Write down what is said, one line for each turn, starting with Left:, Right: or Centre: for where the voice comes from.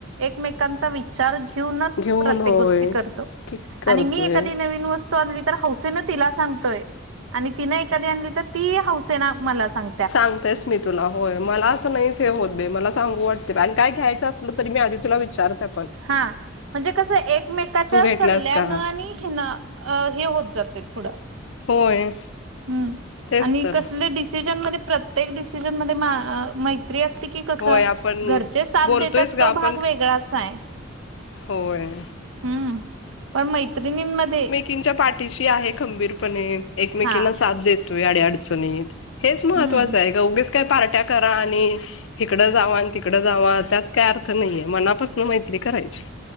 Right: एकमेकांचा विच चार घेऊनच
Left: घेऊन
Right: प्रत्येक
Left: होय
Right: गोष्टी करतो
Left: किक करतोय
Right: आणि मी एखादी नवीन वस्तू त्यानं आणली तर हौसेन तिला सांगतोय आणि तिनं एखादी आणली तर ती हौसेन मला सांग
Left: सांगतोयच मी तुला होय मला असं नाही ते होत मला सांगू वाटते आणि काय घ्यायचं असल तरी मी आधी तुला विचारते बग.
Right: हा म्हणजे कसं एकमेकाच्या
Left: घेतलास
Right: सल्ल्यानं
Left: का
Right: आणि हिण अ हे होत जातेय पुढ‌.
Left: होय
Right: ह्
Left: तेच
Right: आणि
Left: तर
Right: कसले डिसिजन मध्ये प्रत्येक डिसिजन मध्ये मैत्री असली की कस
Left: होय आपण
Right: घरचे साथ
Left: बोलतोयच
Right: देतात
Left: ग
Right: तो
Left: आपण
Right: भाग वेगळाच आहे.
Left: होय
Right: हम्म पण मैत्रिणींमध्ये
Left: एकमेकिंच्या पाठीशी आहे खंबीरपणे एकमेकीना
Right: हा
Left: साथ देतोय अडी अडचणीत हेच महत्त्वाचं
Right: हम्म.
Left: आहे ग उगीच काय पार्ट्या करा आणि हिकडं जावा आणि तिकडं जावा त्यात काय अर्थ नाहीये मनापासन मैत्री करायची.